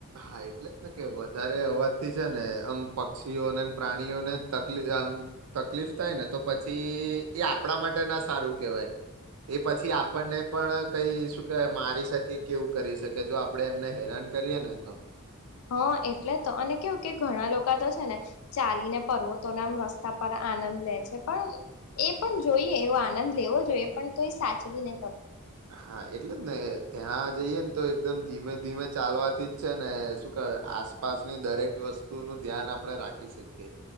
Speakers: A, on the right; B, on the left.
A: હા એટલે જ ને કે વધારે અવાજથી છે ને આમ પક્ષીઓને પ્રાણીઓને તકલીફ આમ તકલીફ થાય ને તો પછી એ આપણા માટે ના સારું કેહેવાય. એ પછી આપણને પણ કઈ શું કેવાય મારી શકે કેવું કરી શકે જો આપડે એમને હેરાન કરીએ ને તો
B: હા એટલે તો અને કેવું કે ઘણા લોકો તો છે ને ચાલીને પર્વતો નામ રસ્તા પર આનંદ લે છે પણ એ પણ જોઈએ એવો આનંદ લેવો જોઈએ પણ તો એ સાચવી નને
A: હા એટલે ને ત્યાં જઈએ ને તો એકદમ ધીમે ધીમે ચાલવાથી જ છે ને શું કે આસપાસ ની દરેક વસ્તુ નું ધ્યાન આપડણે રાખી શકીએ.